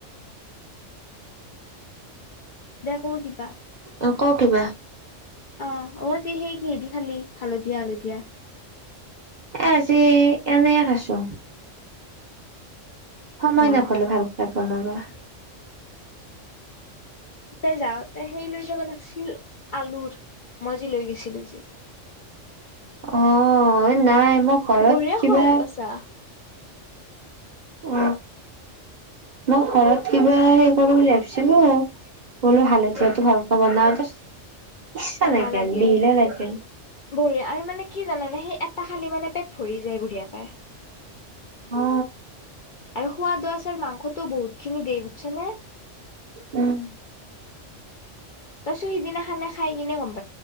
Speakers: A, on the left (about 55°); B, on the right (about 45°).
A: দে ক কিবা
B: অ ক কিবা
A: অ অজি সেই কিহেদি খালি হালধীয়া হালধীয়া
B: এজি এনে খছো সময়
A: আহ
B: নাপালো ভাল খাই বনাবা
A: তই যাওঁতে সেই লৈ যাব লাগিছিল আলুৰ মই যি লৈ গৈছিলো যি
B: অ নাই মই ঘৰত
A: বঢ়িয়া
B: কিবা
A: সোৱাদ পাইছা
B: অ মই ঘৰত কিবা হেৰি কৰো বুলি ভাবিছ নো বোলো ভালো হৈছেটো ভাল খবৰ নামত ই
A: এলাহ
B: নেক
A: লাগিল
B: বিল লেক উ
A: বঢ়িয়া আৰু মানে কি জানানে সেই এটা খালি মানে পেট ভৰি যায় বুঢ়ীয়েকাই
B: অ
A: আৰু সোৱাদ আছোৰ মাংসটো বহুত খিনি দেই বুজছনেে
B: উম
A: তইছো সিদিনা খানা খাই কিনে গম প